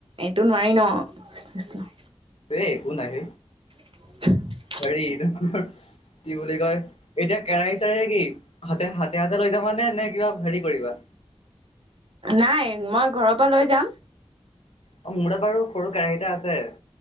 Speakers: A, on the right; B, on the left.
A: এইটো নোৱাৰি ন।
B: এ একো নাইহে।
A: <inaudible>
B: <unintelligible> কি বুলি কয়, এতিয়া কেৰাহী চাৰে কি হাতে হাতে হাতে লৈ যাবা নে নে কিবা হেৰি কৰিবা।
A: নাই মই ঘৰৰ পৰা লৈ যাম।
B: অ' মোৰ তাত বাৰু সৰু কেৰাহি এটা আছে।